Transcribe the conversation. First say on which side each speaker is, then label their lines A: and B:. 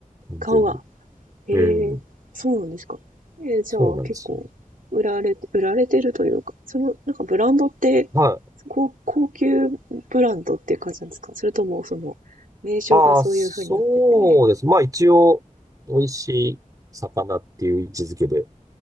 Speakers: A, on the right (about 25°); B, on the right (about 80°).
A: 完全に。
B: 顔が。へえ、
A: うん。
B: そうなんですか。えー、じゃあ結構売られて、
A: そうなんですよ。
B: 売られてるというか、その、なんかブランドって、
A: はい。
B: 高高級ブランドっていう感じなんですかそれともその、名称がそういう風になってて、
A: ああ、そうです。まあ、一応、美味しい魚っていう位置づけで、